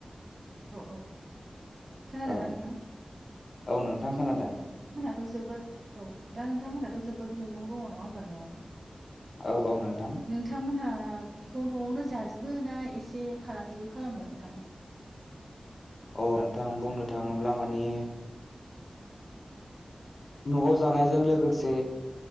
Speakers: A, on the right; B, on the left.
A: औ खोनादों
B: औ
A: ना नोंथां?
B: औ नोंथां खोनादों ।
A: थ' जोबोद औ दा नोंथांमोनहाथ' जोबोद मैगं दङ नङा होमबा नआव?
B: औ औ नोंथां
A: नोंथांमोनहा बेखौ न'आवनो जाजोबो ना एसे फालांगिबो खालामो नोंथां?
B: औ नोंथां बुंनो थाङोब्ला माने न'आव जानायजों लोगोसे